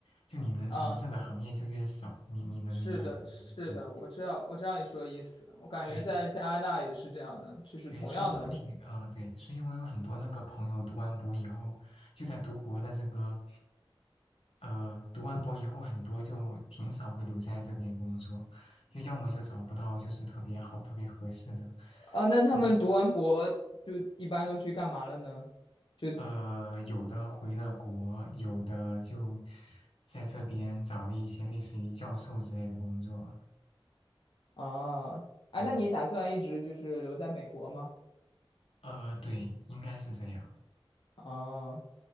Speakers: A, on the left; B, on the left.
A: 就你能从事的行业就越少，
B: 嗯，
A: 你你能明白吗？
B: 是的，是的，
A: 对
B: 我知道，我知道你说的意思。我感觉在加拿大也是这样的，
A: 对
B: 就是同样的，
A: 对，所以我挺呃对，
B: 你
A: 所以我有很多那个朋友读完博以后，就在读博的这个，呃，读完博以后很多就挺少会留在这边工作，就要么就找不到就是特别好、特别合适的，
B: 啊，那他们读完博就一般都去干嘛了呢？
A: 就。
B: 就
A: 呃，有的回了国，有的就在这边找了一些类似于教授之类的工作。
B: 啊，啊，
A: 嗯，
B: 那你打算一直就是留在美国吗？
A: 呃，对，应该是这样。
B: 啊，